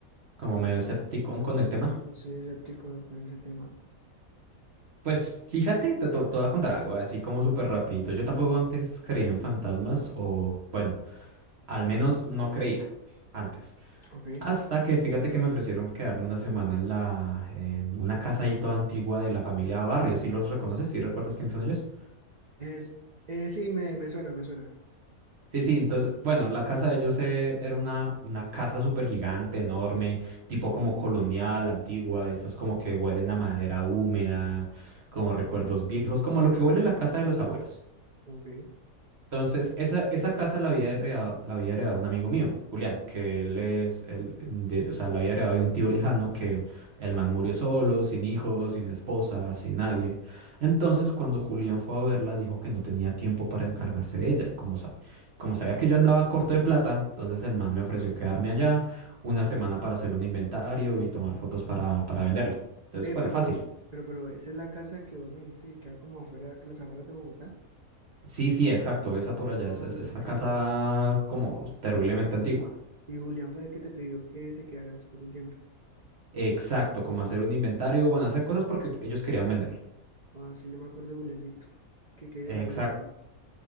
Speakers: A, on the right; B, on the right.
A: Como
B: O sea, no-
A: medio escepticón con el tema.
B: sí, soy escéptico con ese tema.
A: Pues fíjate, te, te- te voy a contar algo, así como súper rapidito. Yo tampoco antes creía en fantasmas o, bueno, al menos no creía antes.
B: Ok.
A: Hasta que fíjate que me ofrecieron quedarme una semana en, la, en una casa ahí toda antigua de la familia Barrios. ¿Sí los reconoces? ¿Sí recuerdas quiénes son ellos?
B: Es, eh, sí, me, me suena, me suena.
A: Sí, sí, entonces, bueno, la casa de ellos eh, era una, una casa súper gigante, enorme, tipo como colonial, antigua, esas como que huelen a madera húmeda, como recuerdos viejos, como lo que huele la casa de los abuelos.
B: Ok.
A: Entonces, esa, esa casa la había heredado, la había heredado un amigo mío, Julián, que él es, él, de- o sea, la había heredado de un tío lejano que el man murió solo, sin hijos, sin esposa, sin nadie. Entonces, cuando Julián fue a verla, dijo que no tenía tiempo para encargarse de ella. Y como, sa- como sabía que yo andaba corto de plata, entonces el man me ofreció quedarme allá una semana para hacer un inventario y tomar fotos para, para venderla. Entonces,
B: Ve,
A: bueno,
B: pero,
A: fácil.
B: pero, pero, ¿esa es la casa que vos me dijiste que queda como afuera, a las afueras de Bogotá?
A: Sí, sí, exacto. Esa por allá
B: Ok.
A: es es- esa casa como terriblemente antigua.
B: Y Julián fue el que te pidió que te quedaras por un tiempo.
A: Exacto,
B: Sí,
A: como
B: yo,
A: hacer un inventario, bueno, hacer cosas porque ellos querían venderlo.
B: ah, sí, yo me acuerdo de Juliancito. Que, que de
A: Exacto.
B: la vida de ese man.